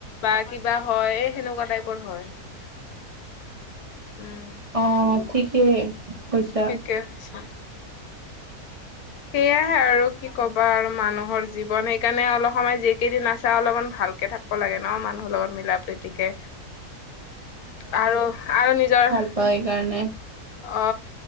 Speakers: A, on the left (about 75°); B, on the right (about 35°).
A: বা কিবা হয়, এ সেনেকুৱা টাইপৰ হয়। উম।
B: অ' ঠিকেই। কৈছা।
A: ঠিকে হৈছে। সেয়াহে আৰু কি ক'বা আৰু মানুহৰ জীৱন! সেইকাৰণে অলপ সময় যি কেইদিন আছা অলমান ভাল কে থাক'ব লাগে ন মানুহৰ লগ মি- লা-প্ৰ্ৰীতিকে, আৰু আৰু নিজৰ
B: ত সেইকাৰণে
A: অ,